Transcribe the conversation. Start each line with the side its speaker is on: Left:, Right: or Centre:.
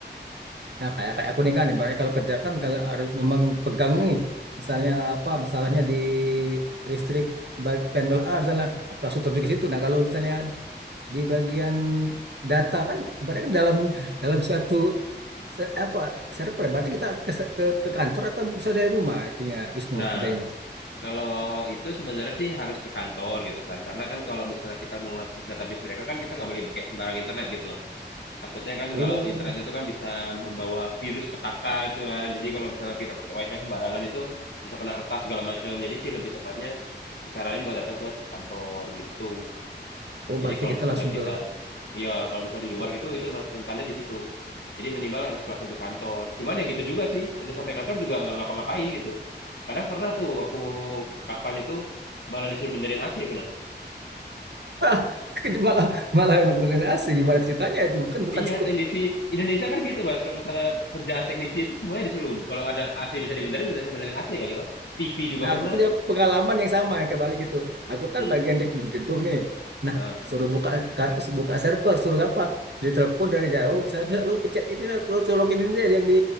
Right: Nah kayak kayak aku nih kan, ibaratnya kalau kerjakan kalau harus memang pegang nih, misalnya apa masalahnya di listrik baik panel A misalnya, aku langsung terjun ke situ. Nah kalau misalnya di bagian data kan ibaratnya kan dalam dalam suatu se- apa server ya. berarti kita ke, ke ke kantor atau bisa dari rumah itunya Wisnu
Left: Nah,
Right: kerjanya
Left: Kalau itu sebenarnya sih harus ke kantor gitu kan. Karena kan kalau misalnya kita mau mengakses database mereka kan kita nggak boleh pakai sembarang internet gitu loh. Takutnya kan
Right: oh
Left: kalau internet itu kan bisa membawa virus petaka itu kan. Jadi kalau misalnya kita pakai wifi sembarangan itu bisa kena retas segala macam. Jadi sih lebih tepatnya disaranin buat datang ke kantor gitu.
Right: oh
Left: Jadi
Right: berarti
Left: kalau
Right: kita
Left: misalnya
Right: langsung
Left: kita,
Right: ke
Left: ya kalau misalnya di luar gitu, itu masih rentannya di situ. Jadi minimal harus langsung ke kantor. Cuman ya gitu juga sih, udah sampai kantor juga nggak ngapa-ngapain gitu. Kadang pernah tuh aku kapan itu malah disuruh benerin AC bener.
Right: <laughs> malah malah benerin AC gimana ceritanya itu kan bukan
Left: Iya,
Right: scope
Left: teknisi Indonesia kan gitu mas. Kalau misalnya kerjaan teknisi itu semuanya disuruh. Kalau ada AC bisa dibenerin, bisa benerin AC kali mas. TV juga
Right: Nah,
Left: pernah.
Right: aku punya pengalaman yang sama yang kebalik itu. Aku kan
Left: Hmm.
Right: bagian dek gedung nih. Nah,
Left: Nah,
Right: suruh buka ka- buka server, suruh apa? Ditelepon dari jauh, saya bisa lu pencet ini lah, lu colokin ini deh yang di